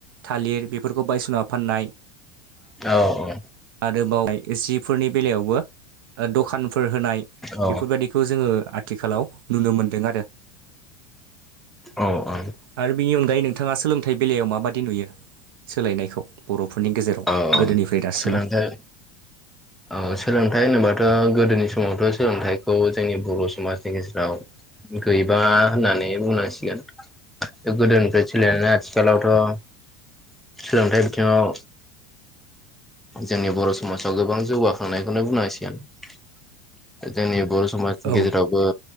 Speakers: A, on the right; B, in the centre.
A: थालिर बेफोरखौ बायदिसिना फाननाय
B: औ औ।
A: आरो बावाय जिफोरनि बेलायावबो दखानफोर होनाय
B: औ
A: बेफोरबायदि खौ जोङो आथिखालाव नुनो मोनदों आरो।
B: औ आ।
A: आरो बिनि अनगायै नोंथाङा सोलोंथाइ बेलायाव माबाददि नुयो सोलायनायखौ बर'फोरनि गेजेराव
B: औ
A: गोदोनिफ्राय दासिमाव
B: सोलोंथाइ औ सोलोंथाइ होनोबाथ' गोदोनि समावथ' सोलोंथाइखौ जोंनि बर' समाजनि गेजेराव गैबा होननानै बुंनांसिगोन। गोदोनिफ्राय सोलिायनानै आथिखालावथ' सोलोंथाइ बिथिङाव जोंनि बर' समाजाव गोबां जौगाखांनायखौनो बुंनांसिगोन जोंनि बर' समाजनि
A: औ
B: गेजेरावबो